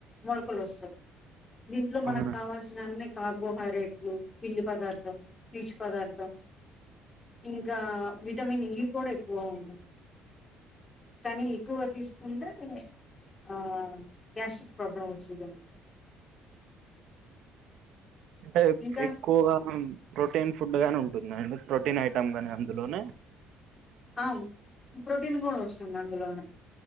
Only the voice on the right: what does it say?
అవును
అంటే
ఎక్కువగా ప్రొటీన్ ఫుడ్ గాని ఉన్ టుందా అండి? ప్రోటీన్ ఐటమ్ గాని అందులోనే?